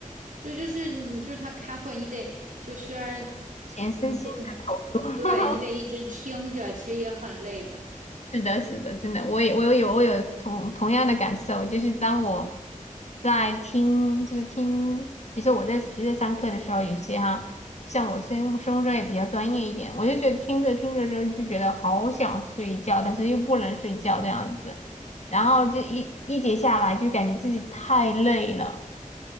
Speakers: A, on the right; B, on the left.
A: 对，就是你，就是他开会，你得就虽然
B: 全身心的投入。
A: 你得你
B: <laughs>
A: 对你得一直听着，其实也很累的。
B: 是的，是的，真的，我也我也有我有同同样的感受，就是当我在听，就是听，比如说我在学校上课的时候，有些哈，像我生物生物专业比较专业一点，我就觉得听着听着之后就觉得好想睡觉，但是又不能睡觉这样子，然后就一一节下来就感觉自己太累了，